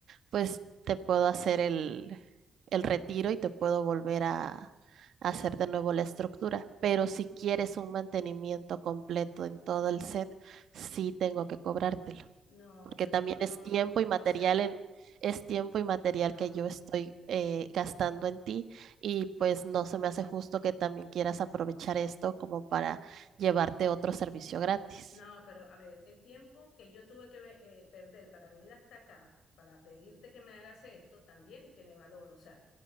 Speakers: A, on the right; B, on the left.
A: pues te puedo hacer el, el retiro y te puedo volver a, a hacer de nuevo la estructura. Pero si quieres un mantenimiento completo en todo el set, sí tengo que cobrártelo.
B: No,
A: porque
B: pero
A: también
B: no,
A: es
B: no,
A: tiempo
B: no es justo.
A: y material
B: O sea,
A: en, es
B: n-
A: tiempo y material
B: no,
A: que yo
B: no.
A: estoy eh, gastando en ti y pues no se me hace justo que también quieras aprovechar esto como para llevarte otro servicio gratis.
B: No, pero a ver, el tiempo que yo tuve que ve- eh, perder para venir hasta acá, para pedirte que me hagas esto, también tiene valor. O sea,